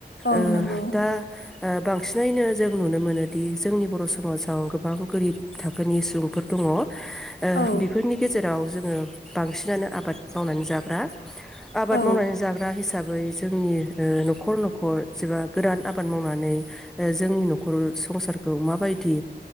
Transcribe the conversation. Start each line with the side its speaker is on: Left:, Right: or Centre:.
Left: औ
Centre: ओ
Left: नंगौ
Centre: दा ओ बांसिनैनो जों नुनो मोनोदि जोंनि बर' समाजाव गोबां गोरिब थाखोनि सुबुंफोर दङ' ओ
Left: औ
Centre: बेफोरनि गेजेर राव जोङो बांसिनानो आबाद मावनानै जाग्रा आबाद
Left: औ
Centre: मावनानै जाग्रा हिसाब बै जोंनि ओ न'खर न'खर जबा गोरान आबाद मावना नै ओ जोंनि न'खर संसारखौ माबायदिओ